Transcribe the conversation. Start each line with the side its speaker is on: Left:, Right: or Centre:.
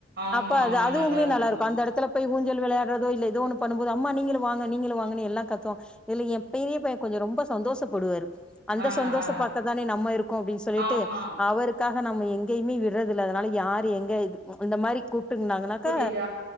Right: ஆமா
Centre: அப்ப அது
Right: ஆமா
Centre: அது
Right: நல்லா
Centre: உண்மயே
Right: இருக்குங்க
Centre: நல்லாருக்கு அந்த எடத்துல போய் ஊஞ்சல் விளையாடுறதோ இல்ல ஏதோ ஒண்ணு பண்ணபோது அம்மா நீங்களு வாங்க நீங்களு வாங்கனு எல்லா கத்தூ இதுல எ பெரியபையே கொஞ்சோ ரொம்ப சந்தோஷப்படுவாரு அந்த
Right: ஆ
Centre: சந்தோஷ
Right: ஆ
Centre: பாக்க தானே நம்ம இருக்கோ அப்டினு சொல்லிட்டு
Right: ஆமா
Centre: அவருக்கு இதுக்காக நம்ம எங்கயுமே விட்றதில்ல அதனால யாரு எங்க இது இந்த மாரி கூப் கூப்டுங்னாக்க
Right: கூட்டிட்டு